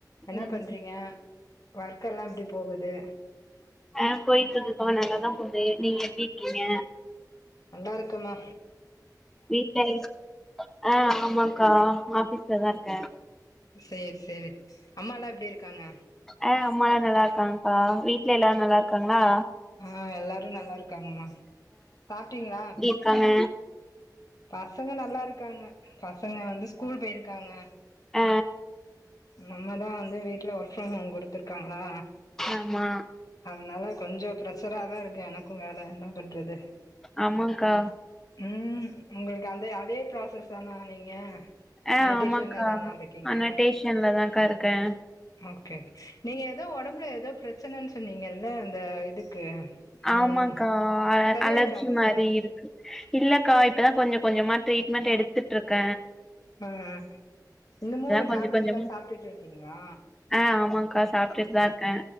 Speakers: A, on the left; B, in the centre.
A: என்ன
B: ம்
A: பண்றீங்க ஒர்க்கெல்லா எப்டி போகுது
B: ஆ போய்ட்டு இருக்குகா நல்லாதா போது நீங்க எப்டி இருக்கீங்க
A: நல்லா இருக்கமா.
B: வீக்டைல்ஸ் ஆ ஆமாங்க்கா ஆஃபீஸ்லதா இருக்கெ
A: சேரி சேரி அம்மா எல்லா எப்டி இருக்காங்க?
B: ஆ அம்மா‌ல்லா நல்லா இருக்காங்கக்காவீட்ல எல்லாரு நல்லா இருக்காங்ளா?
A: ஆ எல்லாரு நல்லா இருக்காங்கம்மா சாப்ட்டீங்ளா
B: க்காங்க
A: பசங்க நல்லா இருக்காங்க பசங்க வந்து ஸ்கூல் போயிருக்காங்க
B: அ
A: நம்மதா வந்து வீட்ல ஒர்க் ஃப்ரம் ஹோம் குடுத்துருக்காங்ளா
B: ஆமா
A: அதனால கொஞ்சோ பிரஷராதா இருக்கு எனக்கு வேல என்ன பண்றது
B: ஆமாங்க்கா
A: ம் உங்களுக்கு அந்தே அதே ப்ராசஸ்தானா நீங்க
B: ஆ
A: அனடேஷன்ல
B: ஆமாங்க்கா.
A: தானா இருக்கீங்க
B: அனடேஷன்லதாங்க்கா இருக்க
A: ஓகே நீங்க எதோ ஒடம்புல எதோ ப்ரச்சனன்னு சொன்னீங்கல்ல அந்த இதுக்கு ம்
B: ஆமாங்க்கா
A: சரியாயிட்டா
B: அலர்ஜி
A: உங்களுக்கு
B: மாரி இரு இல்லக்கா இப்பதா கொஞ்ச கொஞ்சமா ட்ரீட்மெண்ட் எடுத்துட்டு இருக்க.
A: ம் இன்னுமு
B: கொஞ்ச
A: டேப்லெட்
B: கொஞ்சம்
A: எல்லா சாப்ட்டுட்டு இருக்கீங்ளா
B: ஆ ஆமாக்கா சாப்ட்டுட்டு தா இருக்கே